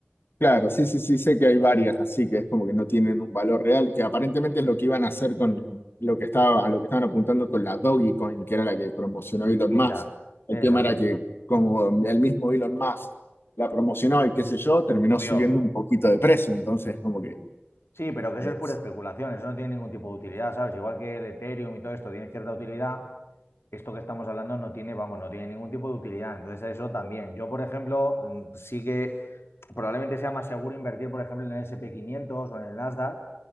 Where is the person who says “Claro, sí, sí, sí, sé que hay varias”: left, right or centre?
Left